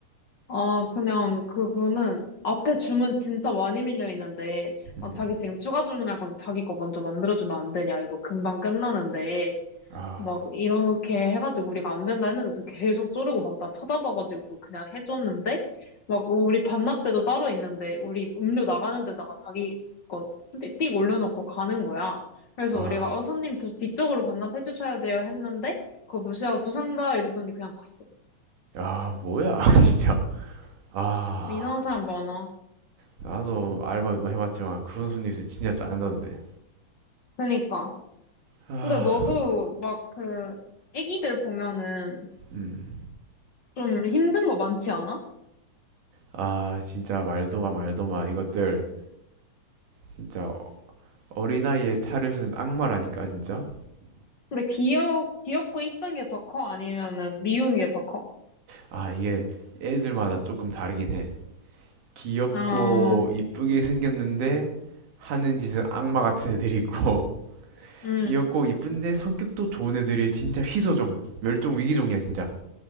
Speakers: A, on the left; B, on the right.
A: 아, 그냥 그분은 앞에 주문 진짜 많이 밀려 있는데,
B: 음.
A: 막 자기 지금 추가 주문할 건데 자기 거 먼저 만들어주면 안 되냐. 이거 금방 끝나는데.
B: 아,
A: 막 이렇게 해가지고 우리가 안 된다 했는데도 계속 쪼르고 막 나 쳐다봐가지고 그냥 해줬는데 막 우리 반납대도 따로 있는데 우리 음료 나가는 데다가 자기 거 띠- 띡 올려놓고 가는 거야. 그래서
B: 아,
A: 우리가 어 손님 저 뒤쪽으로 반납해 주셔야 돼요 했는데 그거 무시하고 죄송합니다 이러더니 그냥 갔어.
B: 야, 뭐야, <laughs> 진짜. 아.
A: 이상한 사람 많아.
B: 나도 알바 뭐 해봤지만 그런 손님 있으면 진짜 짜증나는데.
A: 그니까.
B: 아,
A: 근데 너도 막 그 애기들 보면은
B: 음.
A: 좀 힘든 거 많지 않아?
B: 아, 진짜 말도 마, 말도 마. 이것들 진짜 어린아이의 탈을 쓴 악마라니까, 진짜.
A: 근데 귀엽 귀엽고 이쁜 게 더 커? 아니면은 미운 게 더 커?
B: 아, 이게 애들마다 조금 다르긴 해. 귀엽고
A: 어,
B: 이쁘게 생겼는데 하는 짓은 악마 같은 애들이 있고 <laughs>
A: 음,
B: 귀엽고 이쁜데 성격도 좋은 애들이 진짜 희소종, 멸종 위기종이야, 진짜.